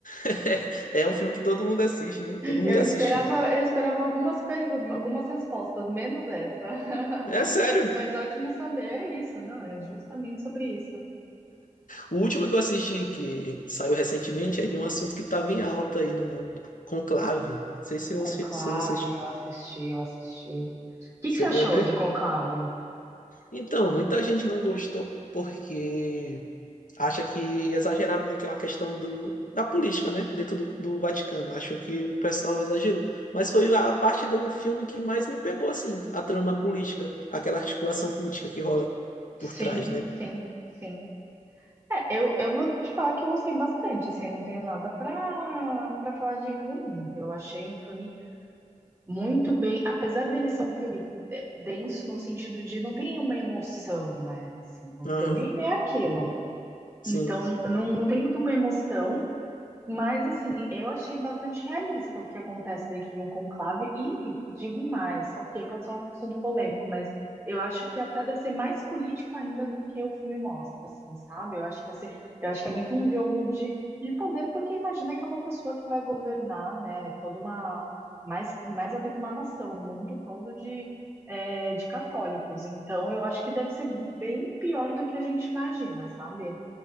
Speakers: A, on the left; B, on the right.
A: <laughs> é um filme que todo mundo assiste, né? Todo mundo
B: eu
A: já
B: esperava,
A: assistiu.
B: eu esperava algumas perguntas, algumas respostas, menos essa. <laughs>
A: É sério.
B: Mas ótimo saber, é isso, não? É justamente sobre isso.
A: O último que eu assisti, que saiu recentemente, é de um assunto que tava em alta aí no mundo. Conclave. Não sei se, eu,
B: Conclave,
A: se você
B: eu assisti, eu assisti. O que
A: chegou
B: que você achou
A: a ver.
B: de Conclave?
A: Então, muita gente não gostou porque acha que exageraram naquela questão do, da política, né? Dentro do, do Vaticano. Acho que o pessoal exagerou. Mas foi a parte do filme que mais me pegou, assim, a trama política, aquela articulação política que rola
B: Sim,
A: por trás, né?
B: sim, sim. É, eu, eu vou te falar que eu gostei bastante, assim, eu não tenho nada pra, pra falar de ruim. Eu achei um filme muito bem, apesar dele ser um filme de- denso no sentido de não tem uma emoção, né? Assim, o
A: Aham,
B: filme ele é aquilo.
A: sim.
B: Então, não, não tem muito uma emoção, mas, assim, eu achei bastante realista o que acontece dentro de um conclave. E digo mais, ok, pode ser um assunto polêmico, mas eu acho que até deve ser mais político ainda do que o filme mostra, assim, sabe? Eu acho que, ia eu acho que é muito um jogo de, de poder, porque imagina que é uma pessoa que vai governar, né, toda uma, mais, mais até que uma nação, o mundo todo de, é, de católicos. Então, eu acho que deve ser bem pior do que a gente imagina, sabe?